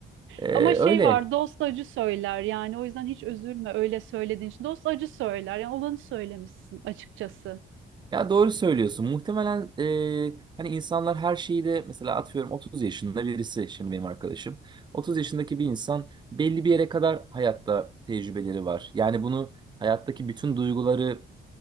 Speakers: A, on the right; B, on the right.
A: E,
B: Ama şey
A: öyle
B: var dost acı söyler yani o yüzden hiç üzülme öyle söylediğin için. Dost acı söyler yani olanı söylemişsin açıkçası.
A: Ya doğru söylüyorsun. Muhtemelen e, hani insanlar her şeyi de mesela atıyorum 30 yaşında birisi şimdi benim arkadaşım. 30 yaşındaki bir insan belli bir yere kadar hayatta tecrübeleri var. Yani bunu hayattaki bütün duyguları,